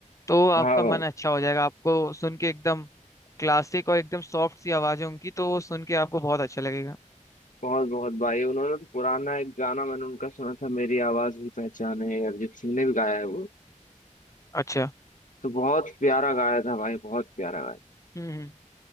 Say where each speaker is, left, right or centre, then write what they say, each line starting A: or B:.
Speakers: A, on the left; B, on the left.
A: तो आपका
B: हाँ भाई
A: मन अच्छा हो जाएगा आपको सुन के एकदम क्लासिक और एकदम सॉफ्ट सी आवाज है उनकी तो वो सुन के आपको बहुत अच्छा लगेगा
B: बहुत बहुत भाई उन्होंने तो पुराना एक गाना मैंने उनका सुना था मेरी आवाज भी पहचान है अरिजीत सिंह ने भी गाया है वो
A: अच्छा
B: तो बहुत प्यारा गाया था भाई बहुत प्यारा गाया
A: हम्म हम्म।